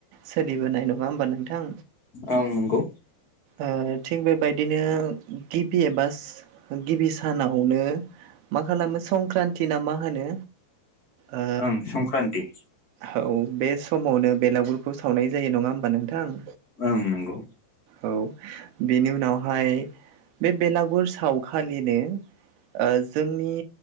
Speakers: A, on the right; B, on the left.
A: सोलिबोनाय नङा होमबा नों नोंथां?
B: ओं नंगौ।
A: ओ थिग बेबायदिनो गिबि एबास गिबि सानावनो मा खालामो संक्रान्ति ना मा होनो ओ
B: ओं संक्रान्ति
A: औ बे समावनो बेलागुरखौ सावनाय जायो नङा होमबा नोंथां?
B: ओं नंगौ।
A: औ बेनि उनावहाय बे बेलाग गुर सावखालिनो ओ जोंनि